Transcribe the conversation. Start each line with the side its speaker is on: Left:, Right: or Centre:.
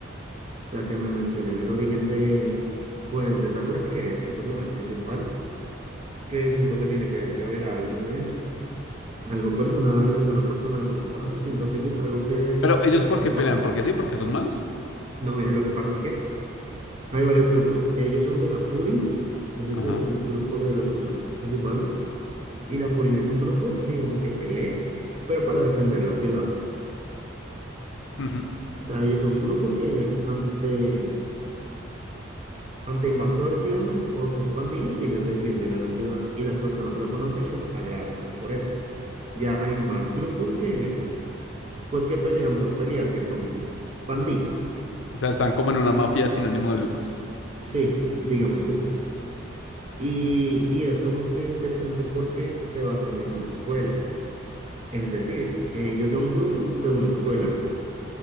Right: o sea, que me mencionen el origen de, pues, de Sakura, que es el personaje principal, que siento que tiene que, que haber algo de él. algo personal, alguna persona de su pasado. Siento que eso es algo que
Left: Pero ellos
Right: de
Left: porque
Right: pronto va
Left: pelean,
Right: a salir.
Left: porque sí, porque son malos.
Right: No, mira, lo que pasa es que hay varios grupos. Ellos son de la Furin, ese
Left: Ajá.
Right: se llama el grupo de los personajes principales. Y la Furin es un grupo, digamos, que pelea, pero para defender la ciudad.
Left: ujú.
Right: O sea, ellos son un grupo que ante, ante invasores, digamos, otras pandillas, ellos defienden a la ciudad y las personas lo conocen y los agradecen por eso. Ya hay más grupos que, pues, que pelean por pelear, que son pandillas.
Left: O sea, están como en una mafia sin ánimo de lucros.
Right: Sí, <laughs> digamos que sí. Y, y es como que interesante porque se basan en una escuela. Es decir, ellos son un grupo de una escuela.